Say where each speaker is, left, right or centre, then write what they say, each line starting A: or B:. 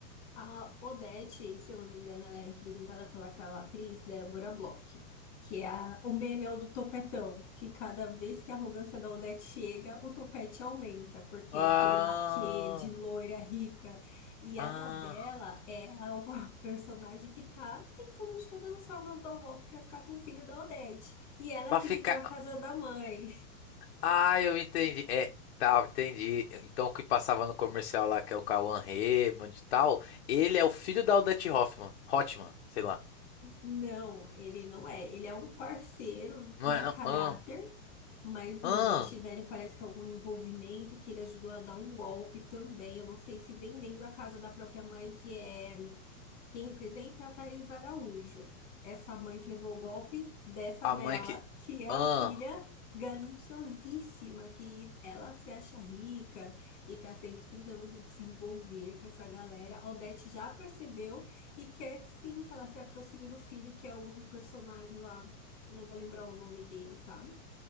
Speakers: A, on the left; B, on the left.
A: A Odete, se eu não me engano, ela é representada pelaquela atriz Débora Bloch, que é a- o meme é o do topetão, que cada vez que a arrogância da Odete chega, o topete aumenta, porque
B: Ah,
A: é aquele laquê de loira rica. E
B: ah,
A: a da Bela é a o <laughs> personagem que tá tentando de todas as formas dar o golpe pra ficar com o filho da Odete. E ela
B: pra
A: que
B: ficar.
A: vendeu a casa da mãe.
B: Ah, eu entendi. É, tá, entendi. Então o que passava no comercial lá, que é o Cauã Raymond e tal, ele é o filho da Odete Hoffman, Hotman, sei lá.
A: Não, ele não é. Ele é um parceiro,
B: Não
A: mau
B: é, não?
A: caráter,
B: Ah,
A: mas
B: ah,
A: não, eles tiveram, parece que algum envolvimento que ele ajudou a dar um golpe também. Eu não sei se vendendo a casa da própria mãe, que é. Quem representa é a Thaís Araújo, essa mãe que levou o golpe dessa
B: a
A: Bela,
B: mãe que.
A: que é
B: Ah,
A: a filha gananciosíssima, que ela se acha rica e tá sempre tentando se desenvolver com essa galera. A Odete já percebeu e quer que sim, que ela se aproxime do filho, que é outro personagem lá. Eu não vou lembrar o nome dele, sabe?